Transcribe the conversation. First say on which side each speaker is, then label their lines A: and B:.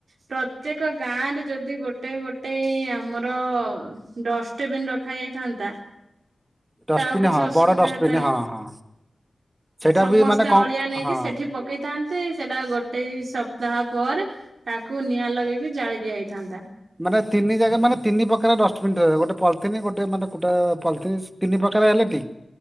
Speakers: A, on the right; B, on the right.
A: ପ୍ର ପ୍ରତ୍ୟେକ ଗାଁ ରେ ଯଦି ଗୋଟେ ଗୋଟେ ଆମର ଡସ୍ ଡଷ୍ଟବିନ୍ ରଖା ହୋଇଥାନ୍ତା
B: ଡଷ୍ଟବିନ
A: ତା ଆଉ କିଛି
B: ହଁ
A: ଅସୁବିଧା
B: ବଡ ଡଷ୍ଟବିନ
A: ହେତାନି।
B: ହଁ ହଁ ସେଇଟା
A: ସମସ୍ତେ
B: ବି ମାନେ କଣ
A: ଅଳିଆ ନେଇକି
B: ହଁ
A: ସେଠି ପକେଇ ଥାନ୍ତେ ସେଟା ଗୋଟେଇ ସପ୍ତାହ ପରେ ତାକୁ ନିଆଁ ଲଗେଇକି ଜାଳି ଦିଆ ହେଇଥାନ୍ତା।
B: ମାନେ ତିନି ଜାଗା ମାନେ ତିନି ପ୍ରକାର ଡଷ୍ଟବିନ୍ ଗୋଟେ ପଥଲିନ୍ ଗୋଟେ ମାନେ କୁଟା ପଥଲିନ୍ ତିନି ପ୍ରକାର ହେଲେ ଠିକ୍।